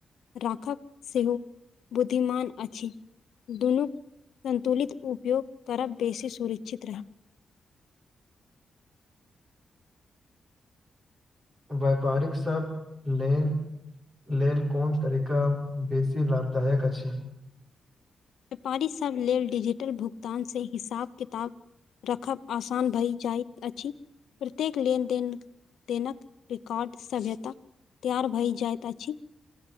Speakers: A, on the left; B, on the right.
A: राखब सेहो बुद्धिमान अछि दुनूक संतुलित उपयोग करब बेसी सुरिक्षित रहब
B: वैपारिक सभ लेन लेलऽ कोन तरीका बेसी लाभदायक अछि।
A: व्यापारीसभ लेलऽ डिजिटल भुगतान से हिसाब किताब। रखब आसान भए जाइत अछि प्रत्येक लेनदेन। देनक रिकॉर्ड सभ्यता तैयार भऽ जाइत अछि।